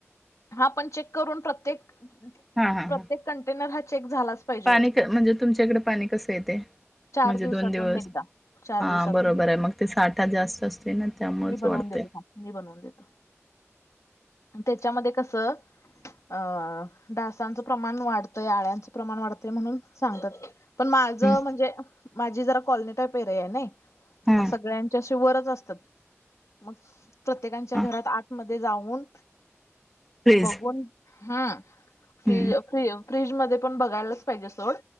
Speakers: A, on the left; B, in the centre.
A: हा पण चेक करून, प्रत्येक
B: हा हा
A: प्रत्येक
B: हा
A: कंटेनर हा चेक झालाच पाहिजे
B: पाणी क म्हणजे तुमच्या इकडे पाणी कसं येते,
A: चार
B: म्हणजे
A: दिवसातून
B: दोन दिवस?
A: एकदा चार
B: हा
A: दिवसातून
B: बरोबर
A: एकदा
B: आहे मग, ते साठा जास्त असतय ना त्यामुळेच
A: मी बनवून
B: वाढत.
A: देतो थांब मी बनवून देतो, त्याच्यामध्ये कस अं डासांचं प्रमाण वाढतंय, आळ्यांचं प्रमाण वाढतंय म्हणून सांगतात. पण माझं
B: हम्म
A: म्, हणजे माझी जरा कॉलनी टाईप एरिया आहे नाय.
B: हा
A: मग सगळ्यांच्याशी वरच असतात. मग प्रत्येकच्या
B: हा
A: घरात आतमध्ये जाऊन.
B: फ्रीज
A: बघून हा फ्री
B: हम्म
A: फ्री फ्रीज मध्ये पण बघायलाच पाहिजे सोड